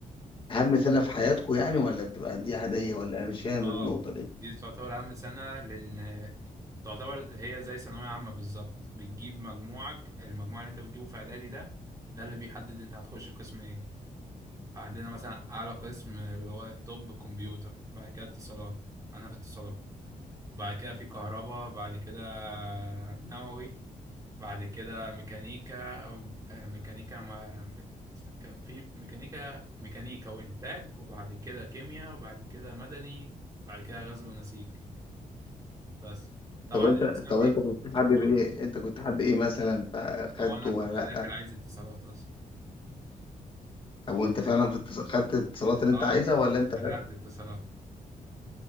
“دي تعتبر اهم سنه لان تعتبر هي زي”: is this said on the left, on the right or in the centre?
Right